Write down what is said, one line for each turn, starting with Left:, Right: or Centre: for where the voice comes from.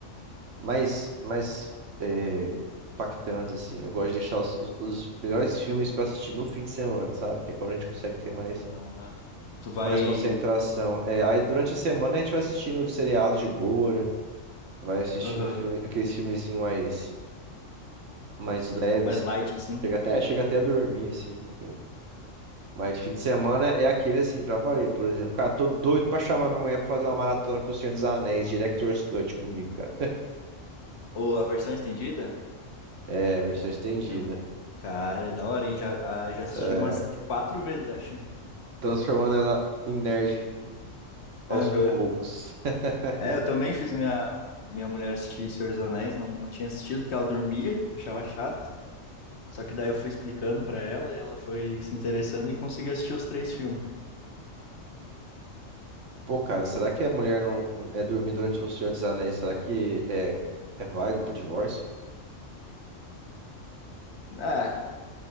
Right: mais, mais é, impactantes, assim. Eu gosto de deixar os, os- os melhores filmes pra assistir no fim de semana, sabe? Porque é quando a gente consegue ter mais,
Left: Ah, tu vai.
Right: mais concentração. É, aí durante a semana a gente vai assistindo seriados de boa, né? Vai assistindo
Left: Aham,
Right: filme, aqueles filmezinhos mais. mais leve,
Left: mais
Right: assim.
Left: light assim.
Right: Chega até, chega até a dormir, assim, no filme. Mas fim de semana é aquele, assim, pra valer. Por exemplo, cara, tô doido pra chamar minha mulher pra fazer uma maratona com o Senhor dos Anéis, Director's Cut comigo, cara.
Left: Ou a versão estendida?
Right: É, versão estendida.
Left: Eu- Cara, é da hora, hein? Já, ah, já assisti
Right: É,
Left: umas quatro vezes, acho.
Right: transformando ela em nerd aos
Left: Aham.
Right: poucos. <laughs>
Left: É, eu também fiz minha, minha mulher assistir Senhor dos Anéis, não, não tinha assistido porque ela dormia, achava chato. Só que daí eu fui explicando pra ela e ela foi se interessando e conseguiu assistir os três filmes.
Right: Pô, cara, será que a mulher não é dormir durante o Senhor dos Anéis? Será que é, é válido pro divórcio?
Left: Ah,